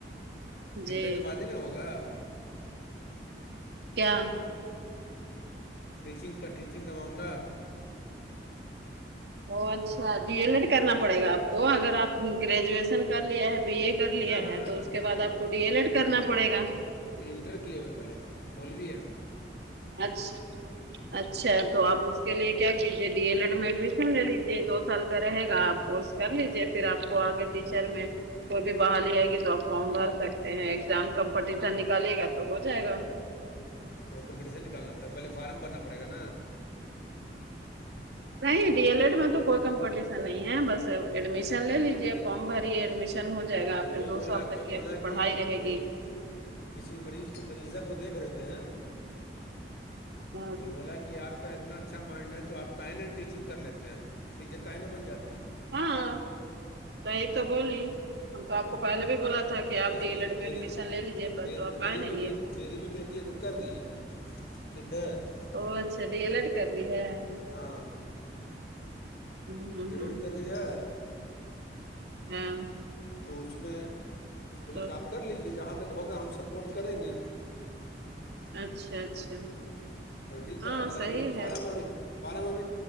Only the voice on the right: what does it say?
جی
کیا
او اچھا بی ایل ایڈ کرنا پڑے گا اب کو اگر آپ گریجویشن کر لیا ہے بی اے کر لیا
ہے
تو اس
کے
بعد آپ کو ڈی ایل ایڈ کرنا پڑے گا
اچھا اچھا تو آپ اس کے لیے کیا کیجے ڈی ایل ایڈ میں ایڈمیشن لے لیجے دو سال کا رہے گا آپ کورس کر لیجے پھر آپ کو آگے ٹیچر میں کوئی بھی بحالی آئے گی تو آپ فارم بھر سکتے ہیں ایگزام کمپٹیشن نکالے گا تو ہو جائے گا
نہیں ڈی ایل ایڈ میں تو کوئی کمپٹیشن نہیں ہے بس ایڈمیشن لے لیجے فارم بری ہے ایڈمیشن ن ہو جائے گا
پھر
دو
سال تک
کی
آپ کی پڑھائی
رہے
گی
ہاں،
ہاں میں نے تو بولی ہم تو آپ کو پہلے بھی بولا تھا کہ کہ
آپ
ڈی
ایل ایڈ میں
ایڈمیشن لے لیجیے پر
تو آپ
کہے نہیں
لیے
او اچھا تو ڈی ایل ایڈ کررہی ہے
ہوں ہوں
ہوں
ہاں
تو
اچھا اچھا
ہاں
صحیح
ہے تو